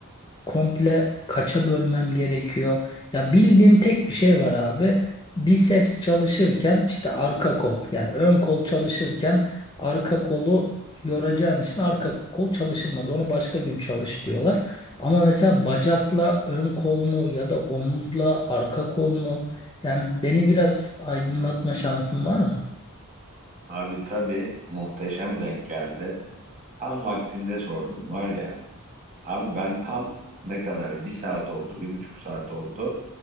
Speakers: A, on the left (about 20°); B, on the right (about 30°).
A: komple kaça bölmem gerekiyor? Ya bildiğim tek bir şey var abi. Biceps çalışırken işte arka kol yani ön kol çalışırken arka kolu yoracağın için arka kol çalışılmaz. Onu başka gün çalış diyorlar. Ama mesela bacakla ön kol mu ya da omuzla arka kol mu? Yani beni biraz aydınlatma şansın var mı?
B: Abi tabii muhteşem denk geldi. Tam vaktinde sordum var ya. Abi ben tam ne kadar bir saat oldu, bir buçuk saat oldu.